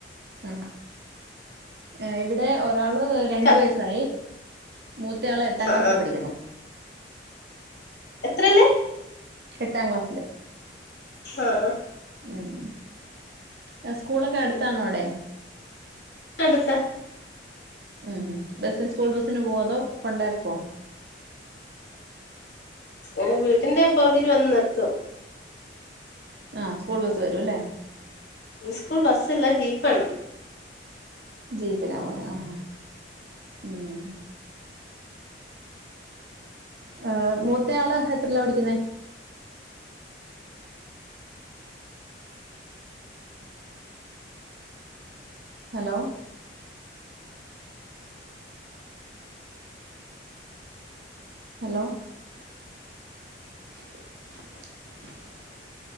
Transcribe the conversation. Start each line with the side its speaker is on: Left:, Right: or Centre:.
Right: ആ ഏ ഇവിടെ ഒരാള്
Left: കേക്കാം
Right: രണ്ട് വയസായി മൂത്തയാളെ എട്ടാ ക്ലാസ്സിൽ
Left: ആഹ് ആഹ്
Right: പഠിക്കുന്നു
Left: എത്രേല്ല്
Right: എട്ടാം ക്ലാസ്സില്
Left: ആഹ് ആ
Right: ഉം സ്കൂളൊക്കെ അടുത്താണോ ആടെ
Left: എടുത്താ
Right: ഉം ബസ്സ് സ്കൂൾ ബസ്സ് ന് പോവോ അതോ കൊണ്ടാക്കോ
Left: ഏ വീട്ടിന്റെ പുറകിൽ വന്ന് നിർത്തും
Right: ആ സ്കൂൾ ബസ്സ് വരൂല്ലേ
Left: സ്കൂൾ ബസ്സല്ല ജീപ്പാണ്
Right: ജീപ്പിനാ പോവുന്നേ ആഹ ഉം ഏ മൂത്തയാള് എത്രല്ലാ പടിക്കുന്നേ <inaudible> ഹലോ ഹലോ <inaudible>